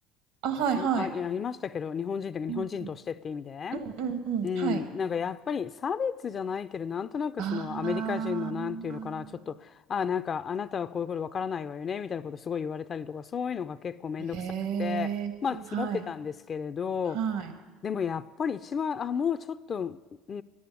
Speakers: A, on the right; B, on the left.
A: あ、はいはい。
B: やまあ、あありましたけど、日本人というか日本人としてって意味で。
A: うんうんうんうんうん、
B: うん、
A: はい。
B: なんかやっぱり差別じゃないけど、なんとなくそのアメリカ人のなんていうのかな、
A: ああ。
B: ちょっと、あ、なんかあなたはこういうことわからないわよね、みたいなことすごい言われたりとか、そういうのが結構めんどくさくて、
A: へえ、
B: まあ積もってたんですけれど、
A: はい、はい。
B: でもやっぱり一番、あ、もうちょっと、うん、う